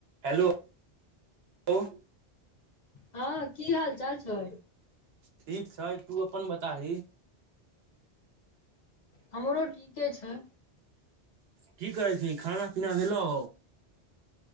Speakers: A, on the right; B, on the left.
A: Hello लो।
B: हँ की हाल चाल छै।
A: ठीक छै तू अपन बताही।
B: हमरो ठीके छै।
A: की करै छी खाना पीना भेलौ?